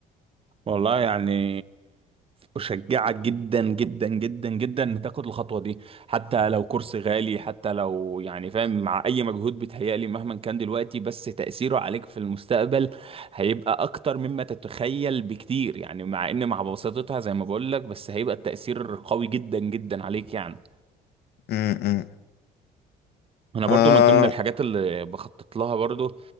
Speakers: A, on the right (about 35°); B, on the left (about 75°).
A: والله يعني أشجعك جدا جدا جدا جدا إن تاخد الخطوة دي حتى لو كورس غالي حتى لو يعني فاهم مع أي مجهود بيتهيألي مهما كان دلوقتي بس تأثيره عليك في المستقبل هيبقى أكتر مما تتخيل بكتير يعني مع إن مع بساطتها زي ما بقولك بس هيبقى التأثير قوي جدا جدا عليك يعني
B: م- م.
A: أنا برضو
B: آه
A: من ضمن الحاجات اللي بخطط لها برضو